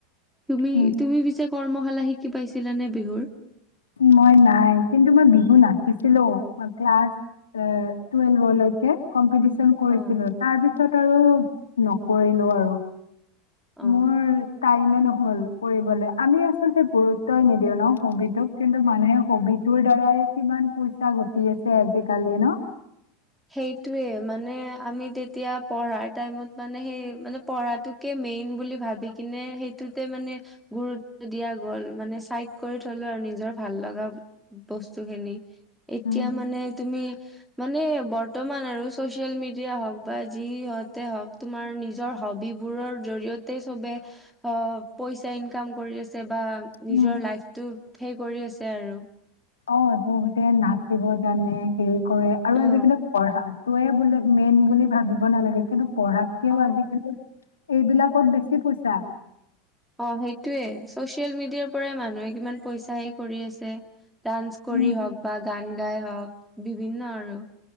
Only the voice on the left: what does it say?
উম,
মই নাই কিন্তু মই বিহু নাচিছিলোঁ মই ক্লাছ এ টুৱেলভলৈকে কম্পিটি চন কৰিছিলোঁ,
তাৰ পিছত আৰু নকৰিলো আৰু।
মোৰ টাইমে নহ'ল কৰিবলে, আমি আচলতে গুৰুত্বই নিদিও ন হবিটোক। কিন্তু মানুহে হবিটোৰ দ্বাৰাই কিমান পইচা ঘটি আছে আজি-কালি ন!
উম,
উম।
অ', বহুতে নাচিব জানে হেৰি কৰে আৰু
আজিকালি পঢ়া তোয়ে বোলে মেইন বুলি ভাবিব নালাগে কিন্তু পঢ়াত কেও আজিকালি
এইবিলাকত বেছি পইচা।
উম।